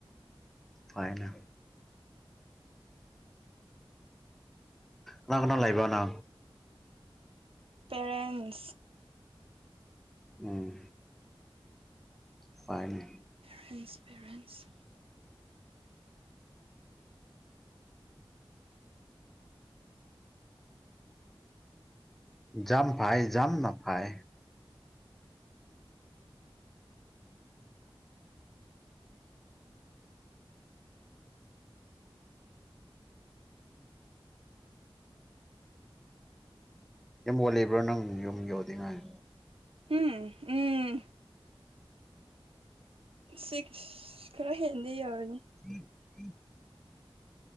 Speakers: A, in the centre; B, on the right.
A: ꯐꯩꯅꯦ ꯀꯅꯥ ꯀꯅꯥ ꯂꯩꯕꯅꯣ
B: ꯄꯦꯔꯪ
A: ꯎꯝ ꯐꯥꯏꯅꯤ
B: ꯄꯦꯔꯦꯟꯁ ꯄꯦꯔꯦꯟꯁ
A: ꯖꯥꯝ ꯐꯥꯏ ꯖꯥꯝꯅ ꯐꯥꯏ ꯌꯨꯝ ꯑꯣꯜꯂꯤꯕ꯭ꯔꯣ ꯅꯪ ꯌꯨꯝ ꯌꯧꯗꯤꯉꯥꯏ
B: ꯎꯝ ꯎꯝ ꯁꯤꯛꯁ ꯈꯔ ꯍꯦꯟꯗꯤ ꯌꯧ
A: <unintelligible>